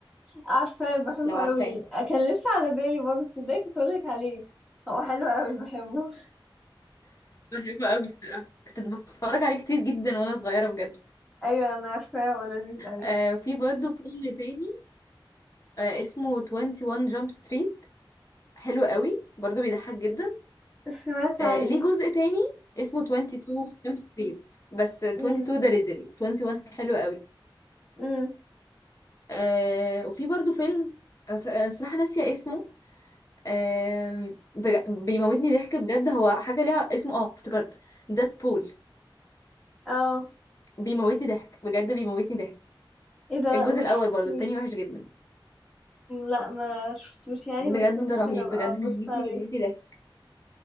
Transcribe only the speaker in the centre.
عارفة بحبه
قوي كان لسه على بالي برضه تصدقي كنت اقولك عليه هو حلو قوي بحبه
ايوه انا عارفاه هو لذيذ قوي
سمعت عنه
امم
امم
اه
ايه ده لا
مش
مش
لا ما شفتوش يعني
بس ممكن
ابقى
ابص
عليه